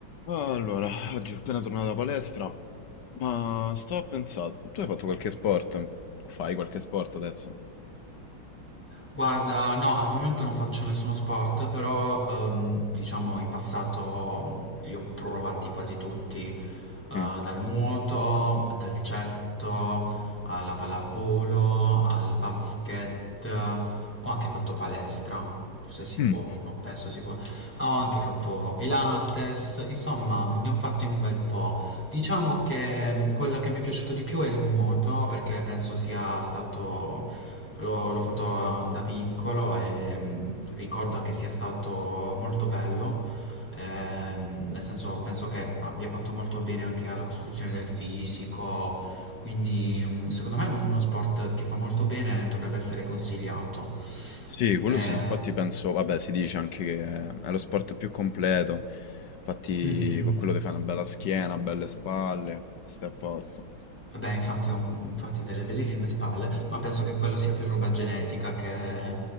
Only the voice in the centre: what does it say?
Guarda, no, al momento non faccio nessuno sport, però ehm, diciamo in passato li ho provati quasi tutti, eh, dal
nuoto, al calcetto, alla pallavolo, al basket, ho anche fatto palestra, se si
può, no, penso si può, ho anche fatto Pilates, insomma ne ho fatti un bel po'. Diciamo che mh, quello che mi è piaciuto di più è il nuoto, perché penso sia stato, l'ho l'ho fatto mm, da piccolo e mh, ricordo che sia stato molto bello, ehm, nel senso penso che abbia fatto molto bene anche alla costruzione del fisico, quindi mh, secondo me è uno sport che fa molto bene e dovrebbe essere consigliato.
Eh,
Sì, sì. mhm.
Beh, infatti ha un- infatti delle bellissime spalle, ma penso che quello sia più roba genetica che